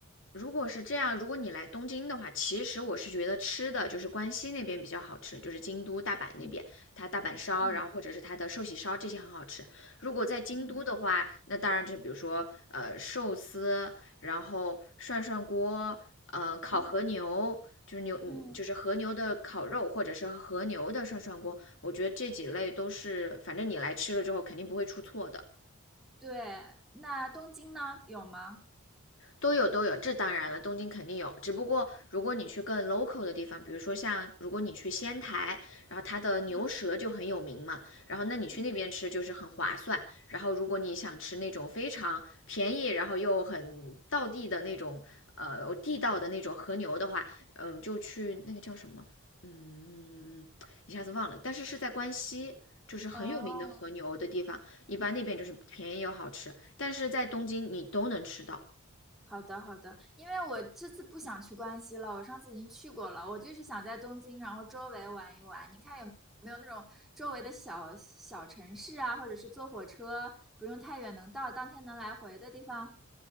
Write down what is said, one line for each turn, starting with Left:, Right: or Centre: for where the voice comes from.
Left: 如果是这样，如果你来东京的话，其实我是觉得吃的就是关西那边比较好吃，就是京都、大阪那边，
Centre: 嗯
Left: 它大阪烧，
Centre: 嗯
Left: 然后或者是它的寿喜烧这些很好吃。如果在京都的话，
Centre: 嗯
Left: 那当然就是比如说呃寿司，然后涮涮锅，呃烤和牛，
Centre: 嗯
Left: 就是牛嗯就是和牛的烤肉，
Centre: 嗯嗯，
Left: 或者是和牛的涮涮锅，我觉得这几类都是，反正你来吃了之后肯定不会出错的。
Centre: 对。那东京呢？有吗？
Left: 都有都有，这当然了，东京肯定有。只不过如果你去更 local 的地方，比如说像如果你去仙台，然后它的牛舌就很有名嘛，然后那你去那边吃就是很划算。
Centre: 嗯
Left: 然后如果你想吃那种非常便宜，然后又很道地的那种，呃，地道的那种和牛的话，嗯，就去那个叫什么，嗯，一下子忘了，但是是在关西。就是很有名的和牛的地方，
Centre: 哦，
Left: 一般那边就是便宜又好吃，但是在东京你都能吃到。
Centre: 好的好的，因为我这次不想去关西了，我上次已经去过了，我就是想在东京，然后周围玩一玩，你看有没有那种周围的小小城市啊，或者是坐火车不用太远能到，当天能来回的地方，